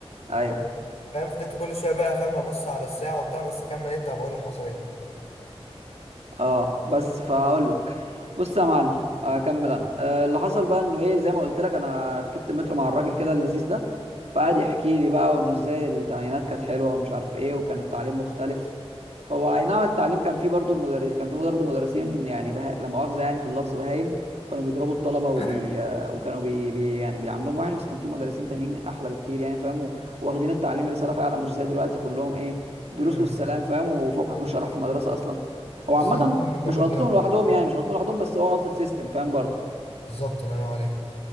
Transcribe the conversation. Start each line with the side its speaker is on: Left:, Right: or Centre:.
Right: ايوه
Left: فاهم فضلت كل شويه بقى فاهم ابص على الساعه وبتاع بس كمل انت هبقول لك حصل ايه
Right: اه بس فاقول لك بص يا معلم اكمل انا أه، اللي حصل بقى انه ايه زي ما قلت لك انا ركبت المترو مع الراجل كده اللذيذ ده فقعد يحكي لي بقى وانه ازاي التمانينات كانت حلوه ومش عارف ايه وكان التعليم مختلف هو اي نعم التعليم كان فيه برضه المدرس كان فيه برضه مدرسين يعني بها... لا مؤاخذه يعني في اللفظ بهايم كانوا بيضربوا الطلبه وبي...
Left: <laughs>
Right: آه، وكانوا بي... بي... يعني بيعاملوهم وحش بس كان فيه مدرسين تانيين احلى بكتير يعني فاهم و- واخدين التعليم رساله فعلا مش زي دلوقتي كلهم ايه دروس
Left: امم
Right: والسلام فاهم وفوقك من شرح في المدرسه اصلا هو عامة
Left: بالظبط كله بيكبر
Right: مش غلطتهم
Left: دماغه
Right: لوحدهم يعني مش غلطتهم لوحدهم بس هو غلطه سيستم فاهم برضه
Left: بالظبط الله ينور عليك